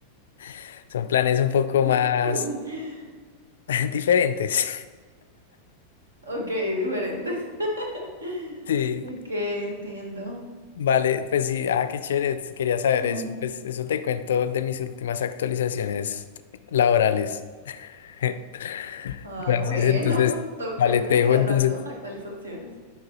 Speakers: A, on the left; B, on the right.
A: <laughs> Son planes un poco
B: <laughs>
A: más <laughs> diferentes.
B: Ok, diferentes. <laughs>
A: Sí,
B: Ok, entiendo.
A: vale, pues sí, ah, qué chévere, t- quería saber
B: bueno
A: eso. Pues eso te cuento de mis últimas actualizaciones laborales. <laughs>
B: Ah,
A: Francis,
B: bueno,
A: entonces,
B: <laughs> toca
A: vale,
B: que
A: te
B: me
A: dejo,
B: sigas
A: entonces,
B: dando actualizaciones.